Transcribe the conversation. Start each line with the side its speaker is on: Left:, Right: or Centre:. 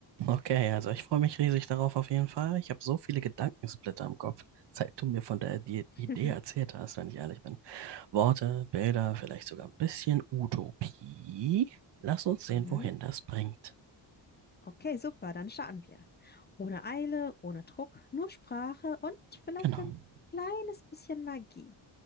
Right: Okay, also ich freue mich riesig darauf auf jeden Fall. Ich habe so viele Gedankensplitter im Kopf, seit du mir von der Ide-
Left: <laughs>
Right: Idee erzählt hast, wenn ich ehrlich bin. Worte, Bilder, vielleicht sogar ein bisschen Utopie. Lass uns sehen,
Left: Mhm.
Right: wohin das bringt.
Left: Okay, super, dann starten wir. Ohne Eile, ohne Druck, nur Sprache und vielleicht
Right: Genau.
Left: ein kleines bisschen Magie.